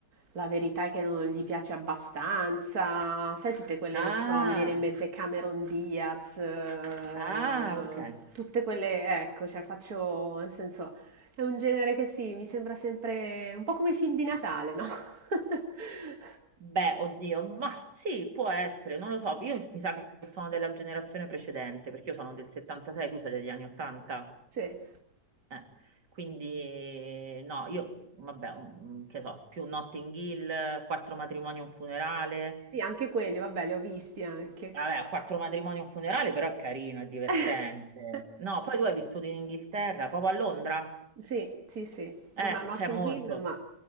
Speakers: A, on the right (about 60°); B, on the right (about 75°).
A: la verità è che non gli piace abbastanza, sai, tutte quelle,
B: Ah,
A: non so, mi viene in mente Cameron Diaz, eh,
B: ah, ok.
A: tutte quelle, ecco, cioè faccio, nel senso, è un genere che sì, mi sembra sempre un po' come i film di Natale, no? <laughs>
B: Beh, oddio, ma sì, può essere, non lo so. Io mi sa che sono della generazione precedente, perché io sono del 76, tu sei degli anni 80.
A: Sì, eh,
B: Eh, quindi, no, io, vabbè, mm, che so, più Notting Hill, quattro matrimoni e un funerale.
A: sì, anche quelli, vabbè, li ho visti anche.
B: Vabbè, quattro matrimoni e un funerale, però è carino, è divertente.
A: <laughs>
B: No, poi tu hai vissuto in Inghilterra, proprio a Londra?
A: Sì, sì, sì, non
B: Eh,
A: a Notting
B: c'è molto.
A: Hill, ma